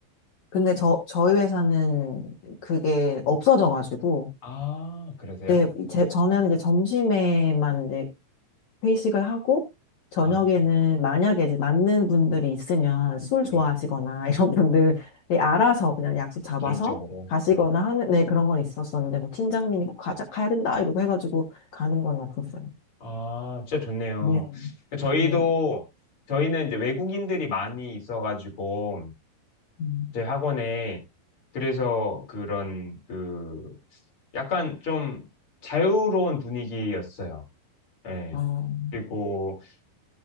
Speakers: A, on the left (about 75°); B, on the left (about 35°).
A: 근데 저, 저희 회사는 그게 없어져가지고,
B: 아, 그러세요?
A: 네, 제, 전에는 이제 점심에만 이제 회식을 하고, 저녁에는
B: 아,
A: 만약에 이제 맞는 분들이 있으면 술 좋아하시거나
B: 네.
A: <laughs> 이런 분들이
B: 네.
A: 알아서 그냥 약속 잡아서
B: 개인적으로.
A: 가시거나
B: 네.
A: 하는, 네, 그런 건 있었었는데, 뭐 팀장님이 꼭 가자, 가야 된다, 이러고 해가지고 가는 건 없었어요.
B: 아, 진짜 좋네요.
A: 네,
B: 저희도,
A: 네,
B: 저희는 이제 외국인들이 많이 있어가지고,
A: 음,
B: 저희 학원에, 그래서 그런, 그, 약간 좀 자유로운 분위기였어요. 예.
A: 어,
B: 그리고